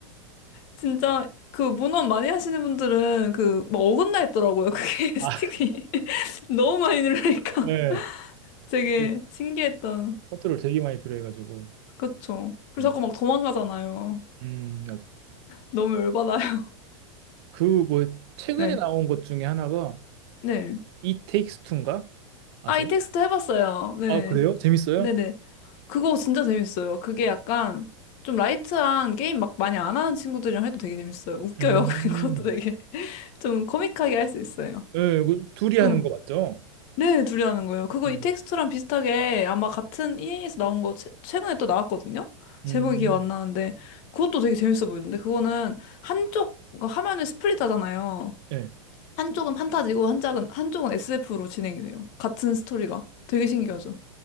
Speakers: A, on the left (about 50°); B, on the right (about 55°).
A: 진짜 그 문어 많이 하시는 분들은 그 막 어긋나 있더라고요. 그게
B: 아,
A: <laughs> 스틱이 <laughs> 너무 많이 누르니까
B: 예.
A: <laughs> 되게
B: 그
A: 신기했던.
B: 컨트롤 되게 많이 필요해가지고.
A: 그쵸. 그리고
B: 예.
A: 자꾸 막 도망가잖아요.
B: 음,
A: 너무 열받아요.
B: 그뭐
A: <laughs>
B: 최근에
A: 네.
B: 나온 것 중에 하나가
A: 네.
B: It Takes Two 인가 아세요?
A: 아, 이 텍스트 해봤어요. 네.
B: 아, 그래요? 재밌어요?
A: 네네. 그거 진짜 재밌어요. 그게 약간 좀 라이트한 게임 막 많이 안 하는 친구들이랑 해도 되게 재밌어요. 웃겨요.
B: 음.
A: <laughs> 그것도 되게 <laughs> 좀 코믹하게 할 수 있어요.
B: 예, 그 둘이 하는
A: 응.
B: 거 맞죠?
A: 네, 둘이 하는 거예요. 그거
B: 음.
A: 이 텍스트랑 비슷하게 아마 같은 EA에서 나온 거 최, 최근에 또 나왔거든요?
B: 음.
A: 제목이 기억 안 나는데 그것도 되게 재밌어 보이던데 그거는 한쪽 그 화면을 스플릿 하잖아요.
B: 예.
A: 한쪽은 판타지고 한쪽은 한쪽은 SF로 진행이 돼요. 같은 스토리가. 되게 신기하죠?